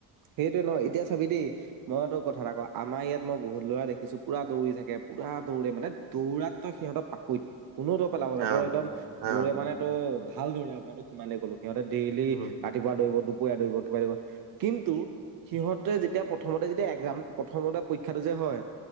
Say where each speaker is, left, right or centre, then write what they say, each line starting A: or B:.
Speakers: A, on the right; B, on the right.
A: সেইটয়ে ন এতিয়া চাবি দেই মই তো কথা এটা কওঁ আমাৰ ইয়াত মই বহুত ল'ৰা দেখিছো পুৰা দৌৰি থাকে। পুৰা দৌৰে মানে দৌৰাত তই সিহঁতৰ পাকৈত। কোনো দৰ পেলাব নাই
B: অ
A: ত একদম
B: অ
A: দৌৰে মানে ত ভাল দৌৰে মই তোক সিমানে ক'লো। সিহঁতে ডেইলি
B: উম
A: ৰাতিপুৱা দৌৰিব দুপৰীয়া দৌৰিব কিবা দৌৰিব। কিন্তু সিহঁতে যেতিয়া প্ৰথমতে যেতিয়া এক্জাম প্ৰথমতে পৰীক্ষাটো যে হয়